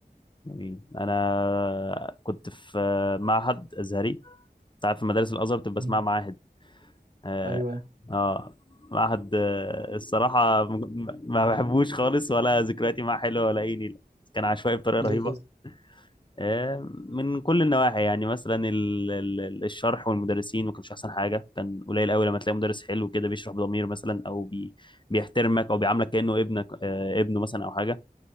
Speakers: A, on the left; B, on the right.
A: جميل انا كنت في معهد ازهري انت عارف مدارس الازهر بتبقى اسمها
B: مم.
A: معاهد اه,
B: أيوة
A: آه. معهد آه، الصراحة م- م- ما بحبوش خالص ولا ذكرياتي معاه حلوة ولا اي نيلة كان عشوائي بطريقة
B: ليه
A: رهيبة
B: كده
A: آه، من كل النواحي يعني مثلا ال- ال- ال- الشرح والمدرسين ما كانش احسن حاجه كان قليل قوي لما تلاقي مدرس حلو كده بيشرح بضمير مثلا او بي بيحترمك او بيعاملك كانه ابنك آه، ابنه مثلا او حاجه